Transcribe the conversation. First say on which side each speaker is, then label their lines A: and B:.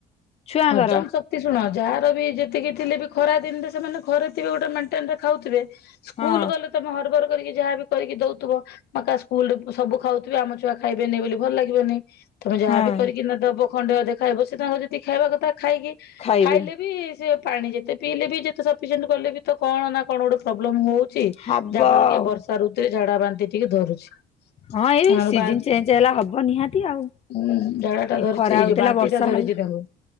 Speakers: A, on the left; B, on the left.
A: ଛୁଆଙ୍କର
B: ହଜମ ଶକ୍ତି ଶୁଣ ଯାହାର ବି ଯେତିକି ଥିଲେ ବି ଖରା ଦିନରେ ସେମାନେ ଘରେ ଥିବେ ଗୋଟେ ମେଣ୍ଟେନରେ ଖାଉଥିବେ ସ୍କୁଲ
A: ହଁ
B: ଗଲେ ତମେ ହରବର୍ କରିକି ଯାହା ବି କରିକି ଦଉଥିବ ମା କା ସ୍କୁଲରେ ସବୁ ଖାଉଥିବେ ଆମ ଛୁଆ ଖାଇବେନି ବୋଲି ଭଲ ଲାଗିବନି। ତମେ ଯାହା
A: ହଁ
B: ବି କରିକି ନ ଦେବ ଖଣ୍ଡେ ଅଧେ ଖାଇବ ସେ ତାଙ୍କ ଯେତିକି ଖାଇବା କଥା। ଖାଇକି
A: ଖାଇବେ
B: ଖାଇଲେ ବି ସେ ପାଣି ଯେତେ ପିଇଲେ ବି ଯେତେ ସଫିସିଏଣ୍ଟ କଲେ ବି ତ କଣ ନା କଣ ଗୋଟେ ପ୍ରୋବ୍ଲେମ୍ ହେଉ ଛି ଯାହା
A: ହବ ଆଉ
B: ଫଳରେ କି ବର୍ଷା ଋତୁରେ ଝାଡା ବାନ୍ତି ଟିକେ ଧରୁଛି।
A: ହଁ ଏଇ
B: ଏମାନଙ୍କୁ
A: ସିଜିନ ଚେଞ୍ଜ ହେଲା ହବ ନିହାତି ଆଉ।
B: ହୁଁ ଝାଡା ଟା
A: ଏ
B: ଧରିଛି
A: ଖରା
B: ଏଇ
A: ହଉଥିଲା
B: ଯୋଉ ବାନ୍ତି
A: ବର୍ଷା
B: ଟା ଧରିଛି
A: ହେଲା
B: ତାଙ୍କୁ।